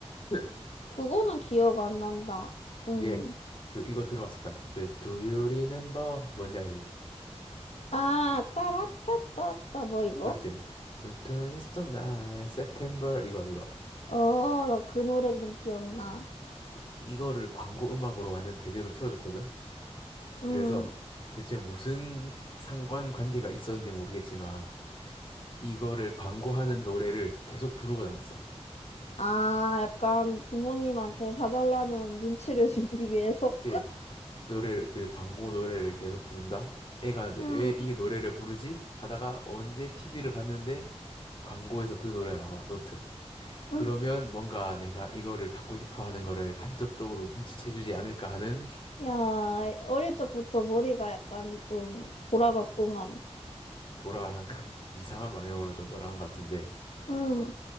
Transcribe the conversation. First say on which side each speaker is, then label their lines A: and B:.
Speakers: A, on the left; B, on the left.
A: <laughs>
B: 그거는 기억 안 난다.
A: 그게
B: 응.
A: 그 이거 들어봤을 거야. 그 Do you remember? 뭔지 알지?
B: 아, 따라따따따, 뭐 이거?
A: 그렇지. The 20th night, September 이거 이거.
B: 어, 나 그 노래는 기억나.
A: 이거를 광고 음악으로 완전 대대로 틀어줬거든. 그래서
B: 응.
A: 대체 무슨 상관 관계가 있었는지 모르겠지만 이거를 광고하는 노래를 계속 부르고 다녔어.
B: 아, 약간 부모님한테 사달라는 눈치를 <laughs> 주기 위해서?
A: 이렇게 노래를 그 광고 노래를 계속 부른다. 애가 내-
B: 응,
A: 왜 이 노래를 부르지? 하다가 언제 TV를 봤는데 광고에서 그 노래가 나와, 노트. 그러면
B: 응.
A: 뭔가 내가 이거를 갖고 싶어 하는 거를 간접적으로 눈치채주지 않을까 하는
B: 야, 어릴 적부터 머리가 약간 좀 돌아갔구만.
A: 돌아한 <laughs> 이상한 방향으로 좀 돌아간 것 같은데.
B: 응,